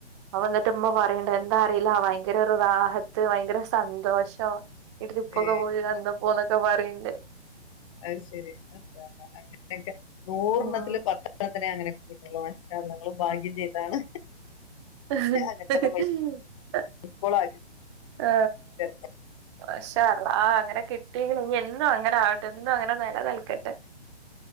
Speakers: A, on the right; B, on the left.
A: വന്നിട്ട് ഉമ്മ പറയണ്ട്‌ എന്താ അറിയില്ല ഭയങ്കര ഒരു റാഹത്ത് ഭയങ്കര സന്തോഷം ഈ ട്രിപ്പൊക്കെ
B: ഏ
A: പോയി എന്താ പോന്നൊക്കെ പറയണ്ട്
B: അത് ശെരി മാഷാ അല്ലാഹ് അങ്ങനെയൊക്കെ നൂറെണ്ണത്തില്
A: ഉം
B: പത്തെണ്ണത്തിനെ അങ്ങനെ കിട്ടുള്ളു മാഷാ അല്ലാഹ് ങ്ങള് ഭാഗ്യം ചെയ്താണ്
A: <inaudible>
B: അങ്ങനെ തന്നെ മരിക്കോളാക്കി
A: ഏ
B: തരാം.
A: പക്ഷേ അല്ലാഹ് അങ്ങനെ കിട്ടിയങ്ക ഇനി എന്നും അങ്ങനെ ആവട്ടെ ന്നും അങ്ങനെ നിലനിൽകട്ടെ